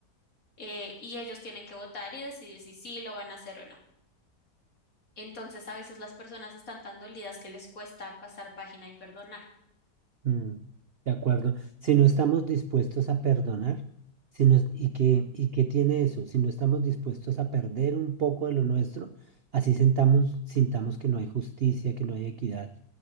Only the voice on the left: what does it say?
Eh, y ellos tienen que votar y decidir si sí lo van a hacer o no. Entonces, a veces las personas están tan dolidas que les cuesta pasar página y perdonar.